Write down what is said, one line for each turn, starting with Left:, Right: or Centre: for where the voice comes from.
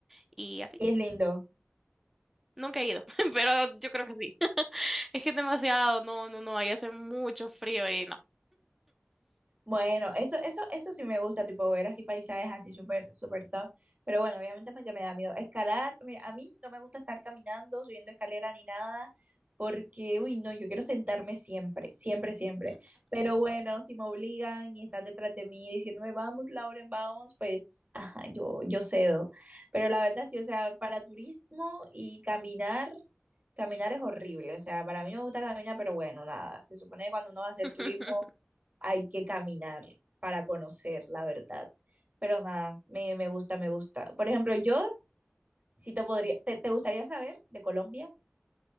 Centre: y así.
Right: es lindo.
Centre: Nunca he ido, <laughs> pero yo creo que sí. <laughs> Es que es demasiado, no, no, no, ahí hace mucho frío y no.
Right: Bueno, eso, eso, eso sí me gusta, tipo ver así paisajes así súper, súper top. Pero bueno, obviamente me, que me da miedo. Escalar, mira, a mí no me gusta estar caminando, subiendo escalera ni nada, porque, uy, no, yo quiero sentarme siempre, siempre, siempre. Pero bueno, si me obligan y están detrás de mí diciéndome, vamos, Lauren, vamos, pues, ajá, yo, yo cedo. Pero la verdad sí, o sea, para turismo y caminar, caminar es horrible. O sea, para mí no me gusta caminar, pero bueno, nada, se supone que cuando uno va a hacer
Centre: <laughs>
Right: turismo hay que caminar para conocer la verdad. Pero nada, me, me gusta, me gusta. Por ejemplo, yo si te podría, te, te, gustaría saber de Colombia? <laughs>